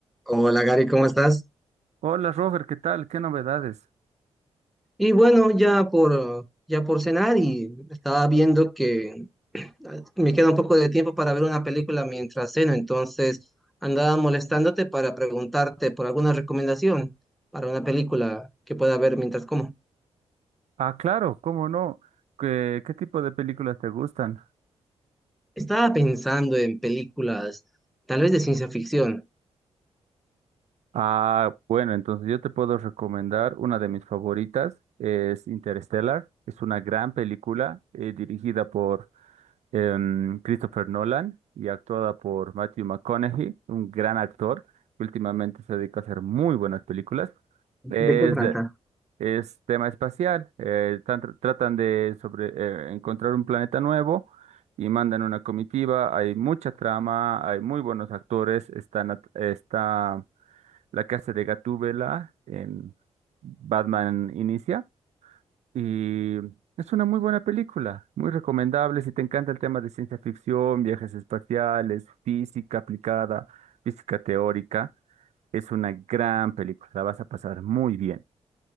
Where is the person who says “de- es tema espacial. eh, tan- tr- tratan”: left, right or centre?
Right